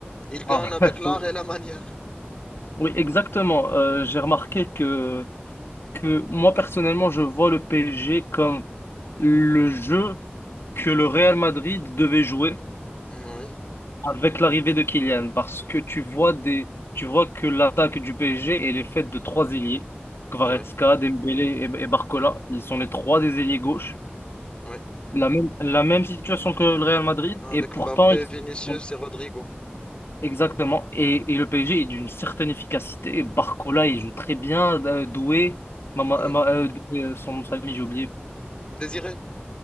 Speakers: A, on the left; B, on the left.
A: ils gagnent
B: Ah,
A: avec
B: <laughs>
A: l'art et la <laughs> manière.
B: oui, exactement. Euh, j'ai remarqué que que moi personnellement, je vois le PSG comme le jeu que le Real Madrid devait jouer
A: Oui,
B: avec l'arrivée de Kylian, parce que tu vois des, tu vois que l'attaque du PSG elle est faite de trois ailiers, Kvaratskhelia,
A: oui,
B: Dembélé et, et Barcola. Ils sont les trois des ailiers gauche.
A: oui.
B: La même, la même situation que le Real Madrid,
A: Avec
B: et pourtant
A: Mbappé,
B: ils
A: Vinicius
B: sont
A: et Rodrigo.
B: exactement. Et, et le PSG est d'une certaine efficacité. Barcola il joue très bien, euh, Doué, Mama-
A: Ah oui.
B: Ma- euh, Doué, euh, son nom de famille j'ai oublié.
A: Désiré.